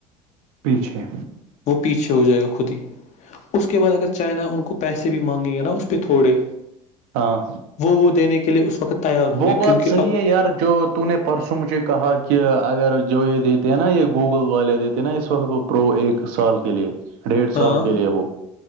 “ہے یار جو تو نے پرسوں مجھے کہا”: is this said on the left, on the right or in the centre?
Right